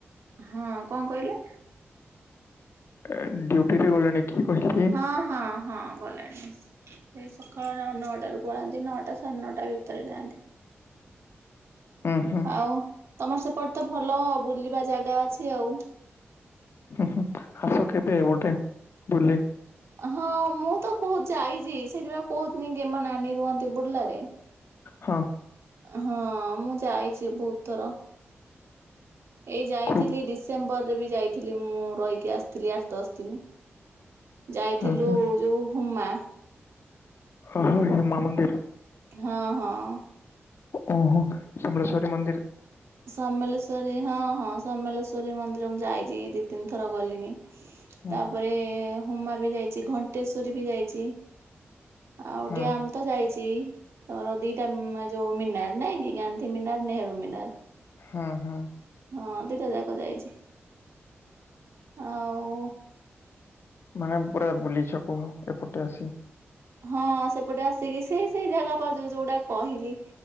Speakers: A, on the right; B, on the left.
A: ହଁ, କଣ କହିଲେ?
B: ଏ ଡ୍ୟୁଟି ରେ ଗଲେଣି? କି କହିଲି
A: ହଁ, ହଁ, ହଁ, ଗଲେଣି। ସେ ସକାଳ ନଅଟା ରୁ ପଳାନ୍ତି ନଅଟା ସାଢ଼େ ନଅଟା ଭିତରେ ଯାଆନ୍ତି।
B: ହୁଁ ହୁଁ
A: ଆଉ ତମର ସେପଟେ ତ ଭଲ ବୁଲିବା ଜାଗା ଅଛି ଆଉ।
B: ହୁଁ, ହୁଁ ଆସ କେବେ ଗୋଟେ ବୁଲି।
A: ହଁ ମୁଁ ତ ବହୁତ ଯାଇଛି ସେଥିପାଇଁ କହୁଥିନି ମୋ ନାନୀ ରୁହନ୍ତି ବୁଲ୍ଲାରେ।
B: ହଁ।
A: ହଁ ମୁଁ ଯାଇଛି ବହୁତ ଥର। ଏଇ ଯାଇଥିଲି
B: ଖୁବ୍
A: ଡିସେମ୍ବର ରେ ବି ଯାଇଥିଲି ମୁଁ ରହିକି ଆସିଥିଲି ଆଠ ଦଶ ଦିନ। ଯାଇଥିଲୁ
B: ହଁ ହଁ
A: ଯୋଉ ହୁମା
B: ଓହୋ ହୁମା ମନ୍ଦିର।
A: ହଁ ହଁ।
B: ଓହୋ ସମଲେଶ୍ଵରୀ ମନ୍ଦିର୍
A: ସମଲେଶ୍ଵରୀ ହଁ ହଁ ସମଲେଶ୍ଵରୀ ମନ୍ଦିର ମୁଁ ଯାଇଛି ଏ ଦି, ତିନି ଥର ଗଲିଣି।
B: ହଁ
A: ତାପରେ ହୁମା ବି ଯାଇଛି, ଘଣ୍ଟେଶ୍ଵରୀ ବି ଯାଇଛି। ଆଉ
B: ହଁ
A: ଡାମ ତ ଯାଇଛି ତମର ଦିଟା ଯୋଉ ମିନାର ନାଇଁ କି ଗାନ୍ଧୀ ମିିନାର ନେହେରୁ ମିିନାର
B: ହଁ ହଁ।
A: ହଁ ଦିଟା ଯାକ ଯାଇଛି ଆଉ
B: ମାନେ ପୁରା ବୁଲିଛ କୁହ ଏପଟେ ଆସି
A: ହଁ ସେପଟେ ଆସିକି ସେ ସେଇ ଜାଗା ଯୋଉ ଯୋଉଗୁଡା କହିଲି,